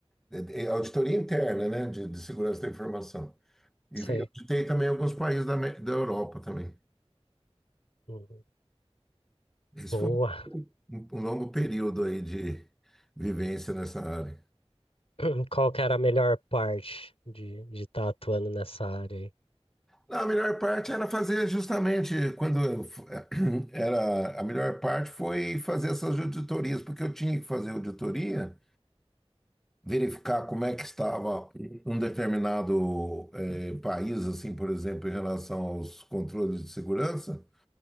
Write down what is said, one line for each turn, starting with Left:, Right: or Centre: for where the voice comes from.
Centre: eh, eh, auditoria interna, né, de, de segurança da informação. E
Left: sei.
Centre: vi- auditei também alguns países da, Amé- da Europa também.
Left: Uhum.
Centre: Esse
Left: Boa.
Centre: foi um, um longo período aí de vivência nessa área.
Left: <clears throat> Qual que era a melhor parte de de estar atuando nessa área aí?
Centre: Não, a melhor parte era fazer justamente quando eu f- <clears throat> era a melhor parte foi fazer essas auditorias, porque eu tinha que fazer auditoria, verificar como é que estava um determinado eh, país, assim, por exemplo, em relação aos controles de segurança.